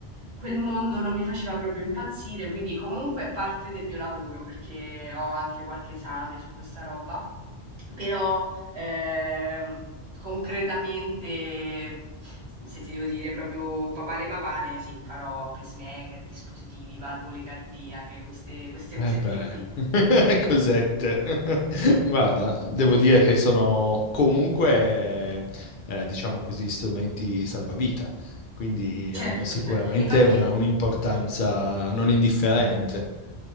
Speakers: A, on the right; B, on the left.
A: quel mondo non mi faceva proprio impazzire, quindi comunque è parte del mio lavoro, perché ho anche qualche esame su questa roba. Però ehm, concretamente, se ti devo dire proprio papale papale, sì, farò pacemaker, dispositivi, valvole cardiache, queste, queste
B: Eh
A: cosette
B: beh,
A: qui.
B: <laughs> cosette. <laughs> Guarda, devo dire che sono comunque, eh, diciamo così, strumenti salvavita, quindi hanno
A: Certo,
B: sicuramente
A: cioè, infatti...
B: una- un'importanza non indifferente.